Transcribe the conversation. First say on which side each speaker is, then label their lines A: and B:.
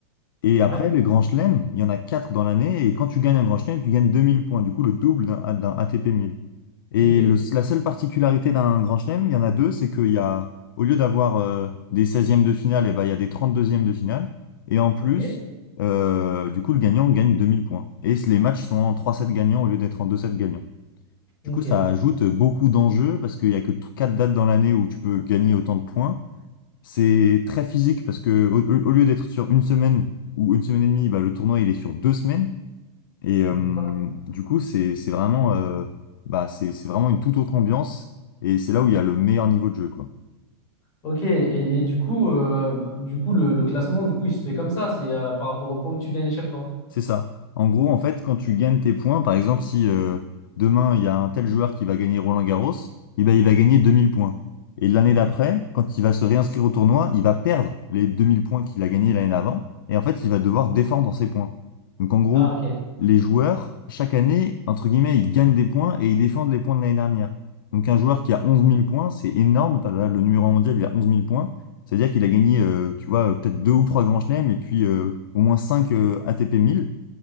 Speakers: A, on the left; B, on the left.
A: Et après,
B: ouais,
A: les grands chelems, il y en a quatre dans l'année. Et quand tu gagnes un grand chelem, tu gagnes 2000 points. Du coup, le double d'un d'un ATP 1000. Et
B: ok,
A: le- la seule particularité d'un grand chelem, il y en a deux, c'est qu'il y a, au lieu d'avoir euh, des seizièmes de finale, et ben, il y a des trente-deuxièmes de finale. Et en plus,
B: ok,
A: euh, du coup, le gagnant gagne 2000 points. Et c- les matchs sont en trois 7 gagnants au lieu d'être en deux 7 gagnants.
B: ok,
A: Du coup, ça ajoute beaucoup d'enjeux parce qu'il y a que t- quatre dates dans l'année où tu peux gagner autant de points. C'est très physique parce que au, au- au lieu d'être sur une semaine ou une semaine et demie, bah, le tournoi il est sur deux semaines. Et euh,
B: d'accord.
A: du coup, c'est c'est vraiment, euh, bah, c'est c'est vraiment une toute autre ambiance. Et c'est là où il y a le meilleur niveau de jeu, quoi.
B: Ok, et, et du coup, euh, du coup le, le classement, du coup, il se fait comme ça, c'est euh, par rapport aux points que tu gagnes à chaque fois.
A: C'est ça. En gros, en fait, quand tu gagnes tes points, par exemple, si euh, demain il y a un tel joueur qui va gagner Roland-Garros, eh ben, il va gagner 2000 points. Et l'année
B: Ok,
A: d'après, quand il va se réinscrire au tournoi, il va perdre les 2000 points qu'il a gagnés l'année d'avant. Et en fait, il va devoir défendre ses points. Donc en gros,
B: ah, ok,
A: les joueurs, chaque année, entre guillemets, ils gagnent des points et ils défendent les points de l'année dernière. Donc un joueur qui a onze mille points, c'est énorme. Là, le numéro un mondial, il a onze mille points. C'est-à-dire qu'il a gagné, euh, tu vois, peut-être deux ou trois grands chelems et puis euh, au moins cinq euh, ATP 1000.